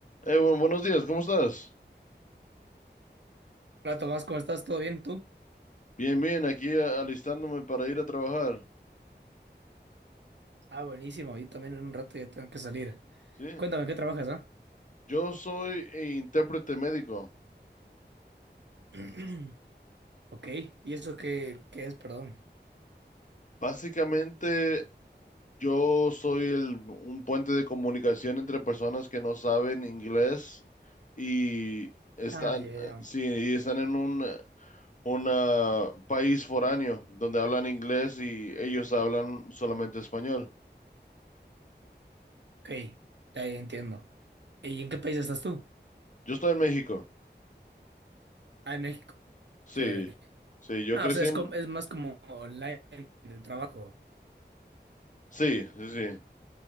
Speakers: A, on the left (about 45°); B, on the right (about 75°).
A: Eh, bu- buenos días, ¿cómo estás?
B: Hola Tomás, ¿cómo estás? ¿Todo bien? ¿Tú?
A: Bien, bien, aquí a- alistándome para ir a trabajar,
B: Ah, buenísimo. Yo también en un rato ya tengo que salir.
A: ¿sí?
B: Cuéntame, ¿qué trabajas, ah?
A: Yo soy intérprete médico.
B: <clears throat> Ok, ¿y eso qué, qué es? Perdón.
A: Básicamente, yo soy el, un puente de comunicación entre personas que no saben inglés y están,
B: Ah, ya,
A: eh,
B: ya.
A: sí, y están en un una país foráneo donde hablan inglés y ellos hablan solamente español.
B: Ok, ya, ya entiendo. ¿Y en qué país estás tú?
A: Yo estoy en México,
B: Ah, en México.
A: sí,
B: Chévere.
A: sí, yo
B: Ah,
A: crecí
B: o sea, es,
A: en...
B: como, es más como online el trabajo.
A: Sí, sí, sí.